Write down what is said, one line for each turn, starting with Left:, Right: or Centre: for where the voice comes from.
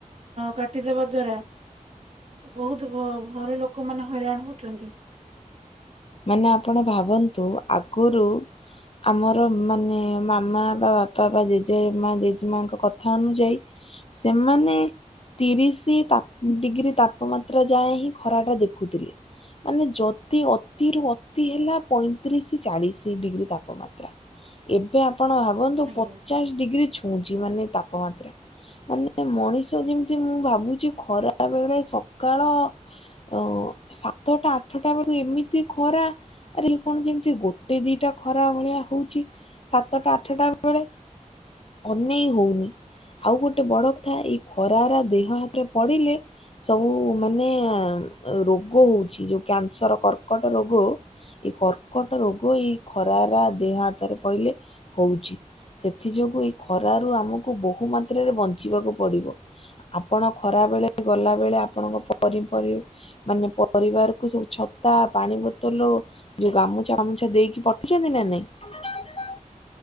Right: କାଟିଦବା ଦ୍ଵାରା ବହୁତ ଭଲ ଲୋକ ମାନେ ହଇରାଣ ହଉଛନ୍ତି।
Left: ମାନେ ଆପଣ ଭାବନ୍ତୁ ଆଗରୁ ଆମର ମାନେ ମାମା ବା ବାପା ବା ଜେଜେମା ଜେଜେମାଙ୍କ କଥା ଅନୁଯାୟୀ ସେମାନେ ତିରିଶ ଡିଗ୍ରୀ ତାପମାତ୍ରା ଯାଏ ହିଁ ଖରା ଟା ଦେଖୁଥିଲେ ମାନେ ଯଦି ଅତିରୁ ଅତି ହେଲା ପଇଁତିରିଶ ଚାଳିଶ ଡିଗ୍ରୀ ତାପମାତ୍ରା ଏବେ ଆପଣ ଭାବନ୍ତୁ
Right: ଆଜ୍ଞା।
Left: ପଚାଶ ଡିଗ୍ରୀ ଛୁ ଉଛି ମାନେ ତାପମାତ୍ରା ମାନେ ମଣିଷ ଯେମିତି ମୁଁ ଭାବୁଛି ଖରା ବେଳେ ସକାଳ ଅ ସାତଟା ଆଠଟା ବେଳକୁ ଏମିତି ଖରା ଆରେ କଣ ଯେମିତି ଗୋଟେ ଦିଟା ଖରା ଭଳିଆ ହଉଛି ସାତଟା ଆଠଟା ବେଳେ ଅନେଇ ହଉନି ଆଉ ଗୋଟେ ବଡ କଥା ଏଇ ଖରାର ଦେହ ହାତରେ ପଡିଲେ ସବୁ ମାନେ ରୋଗ ହଉଛି ଯୋଉ କ୍ୟାନସର କର କର୍କଟ ରୋଗ ଏଇ କର୍କଟ ରୋଗ ଏଇ ଖରାର ଦେହ ହାତରେ ପହିଲେ ହଉଛି। ସେଥି ଯୋଗୁଁ ଏଇ ଖରାରୁ ଆମକୁ ବହୁ ମାତ୍ରାରେ ବଞ୍ଚିବାକୁ ପଡିବ। ଆପଣ ଖରା ବେଳେ ଗଲା ବେଳେ ଆପଣଙ୍କ ମାନେ ପରିବାର କୁ ସବୁଛ ପାଣି ବୋତଲ ଯୋଉ ଗାମୁଛା ଫାମୁଛା ଦେଇକି ପଠଉଛନ୍ତି ନା ନାଇଁ।